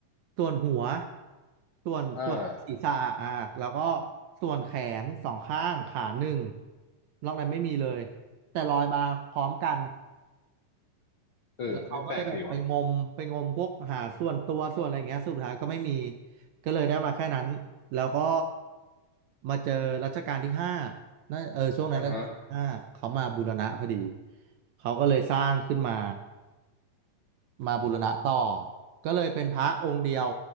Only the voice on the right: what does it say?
ส่วนหัวส่วนส่วนศีรษะอ่ะแล้วก็
ส่วนแขนสองข้างขาหนึ่งนอกนั้นไม่มีเลยแต่ลอยมาพร้อมกัน
แล้วเขาก็เลยแบบไปงมไปงมพวกหาส่วนตัวส่วนอะไรอย่างเงี้ยสุดท้ายก็ไม่มีก็เลยได้มาแค่นั้นแล้วก็มาเจอรัชกาลที่ห้านั่นเออช่วงนั้นรัชกาลที่ห้าเขามาบูรณะพอดี
เขาก็เลยสร้างขึ้นมามาบูรณะต่อก็เลยเป็นพระองค์เดียว